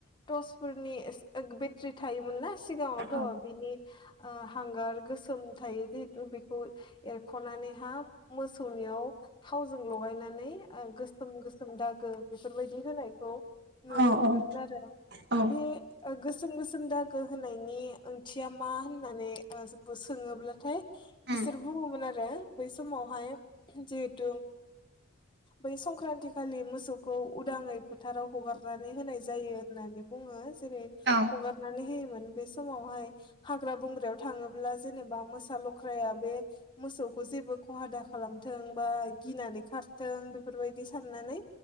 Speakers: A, on the left (about 25°); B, on the right (about 55°).
A: टर्चफोरनि बेटारि थायोमोन ना सिगाङावथ'
B: औ
A: बिनि हांगार गोसोम थायो जिहेतु बेखौ एरख'नानैहा मोसौनि थावजों लगायनानै गोसोम गोसोम दागो बेफोरबायदि होनायखौ नुनो
B: औ
A: मोनोमोन
B: औ
A: आरो
B: औ उम
A: बे गोसोम गोसोम दागो होनायनि ओंथिया मा होननानै सोङोब्लाथाय बिसोर
B: उम
A: बु बुङोमोन आरो बै समावहाय जिहेथु बै संक्रान्ति खालि मोसौ खौ उदाङै फोथाराव हगारनानै होनाय जायो होननानै बुङो जेरै
B: औ
A: हगनानैनानै हो मोन बे समावहाय हाग्रा बंग्रायाव थाङोब्ला जेनेबा मोसा लख्राया बे मोसौ गखौ जेबो खहा दा खालामथों बा गिनानै खारथों बेफोरबायदि साननानै